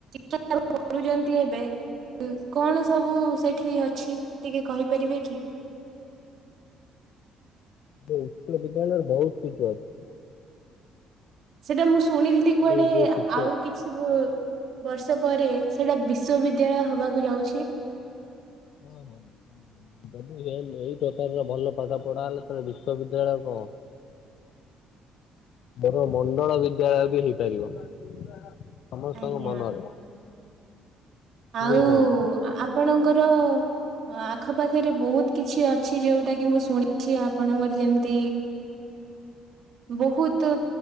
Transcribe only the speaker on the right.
ଚା କରୁଛନ୍ତି ଏବେ କଣ ସବୁ ସେଠି ଅଛି ଟିକେ କହିପାରିବେ କି
ସେଟା ମୁଁ ଶୁଣିଥିଲି କୁଆଡେ
ଆଉ କିଛି ବର୍ଷ ପରେ ସେଟା ବିଶ୍୍ୱବିଦ୍ୟାଳୟ ହବାକୁ ଯାଉଛି
ଆଜ୍ଞା
ଆଉ
ଆପଣଙ୍କର ଆଖପାଖରେ ବହୁତ କିଛି ଅଛି ଯୋଉଟା କି ମୁଁ ଶୁଣିଛି ଆପଣଙ୍କର ଯେମିତି ବହୁତ